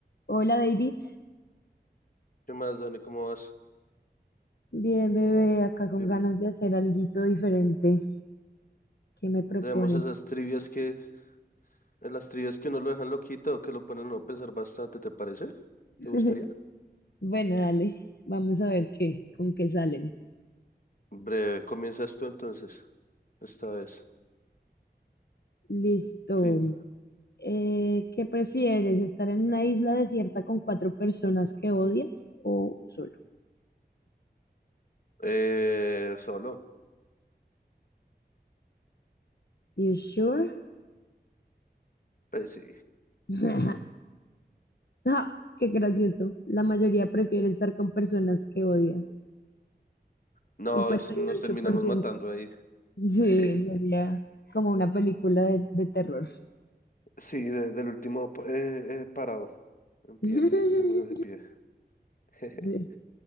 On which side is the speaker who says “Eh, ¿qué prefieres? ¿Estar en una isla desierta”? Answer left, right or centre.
Left